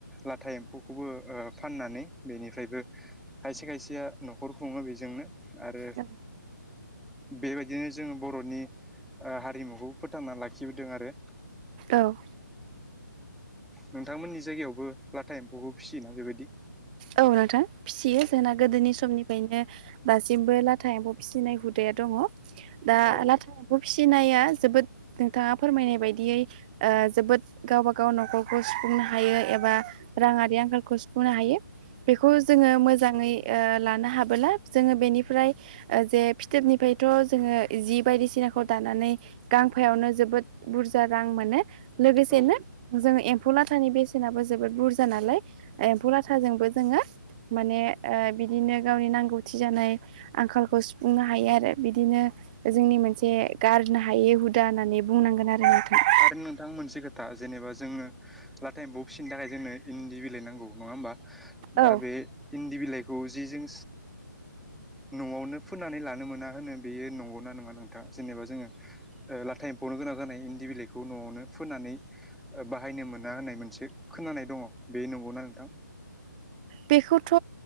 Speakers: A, in the centre; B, on the right.
A: लाथा एम्फौखौबो फाननानै बेनिफ्रायबो खायसे खायसेया न'खर खुङो बेजोंनो आरो
B: औ
A: बेबायदिनो जोङो बर'नि हारिमुखौ फोथांना लाखिबोदों आरो।
B: औ।
A: नोंथांमोननि जायगायावबो लाथा एम्फौखौ फिसियोना बेबायदि?
B: औ नोंथां फिसियो जोंना गोदोनि समनिफ्रायनो दासि सिमबो लाथा एम्फौ फिसिनाय हुदाया दङ। दा
A: औ
B: लाथा एम्फौ फिसिनाया जोबोद नोंथाङा फोरमायनाय बायदियै जोबोद गावब गाव न'खरखौ सुफुंनो हायो एबा राङारि आंखालखौ सुफुंनो हायो। बेखौ जोङो मोजाङै लानो हाबोला जोङो बेनिफ्राय ओ जे फिथोबनिफायथ' जोङो जि बायदिसिनाखौ दानानै गांफायावनो जोबोद बुरजा रां मोनो। लोगोसेनो
A: औ
B: जोङो एम्फौ लाथानि बेसेनाबो जोबोद बुरजा नालाय एम्फौ लाथ थाजोंबो जोङो माने ओ बिदिनो गावनि नांगौथि जानाय आंखालखौ सुफुंनो हायो आरो बिदिनो जोंनि मोनसे गारनो हायै हुदा होननानै बुंनांगोन आरो नोंथां।
A: आरो नोंथां मोनसे खोथा जेनेबा जोङो लाथा एम्फौ फिसिनो थाखाय जोंनो इन्दि बिलाइ नांगौ नङा होमबा।
B: औ
A: दा बे इन्दि बिलाइखौ जि जों न'आवनो फोननानै लानो मोना होनो बेयो नंगौना नङा नोंथां जेनेबा जोङो लाथा एम्फौनो गोनां जानाय इन्दि बिलाइ बेखौ न'आवनो फोनानै बाहायनो मोना होननाय मोनसे खोनानाय दङ बे नंगौना नोंथां?
B: बेखौथ'